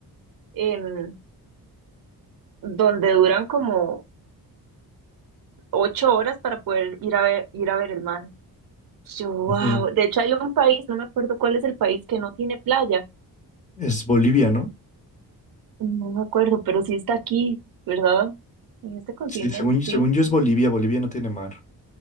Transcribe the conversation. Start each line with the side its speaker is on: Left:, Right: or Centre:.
Right: em, donde duran como ocho horas para poder ir a ver, ir a ver el mar. Yo, wow.
Left: Ujú.
Right: De hecho, hay un país, no me acuerdo cuál es el país que no tiene playa.
Left: Es Bolivia, ¿no?
Right: No me acuerdo, pero sí está aquí, ¿verdad? En este continente,
Left: Sí, Según, según
Right: sí.
Left: yo es Bolivia, Bolivia no tiene mar.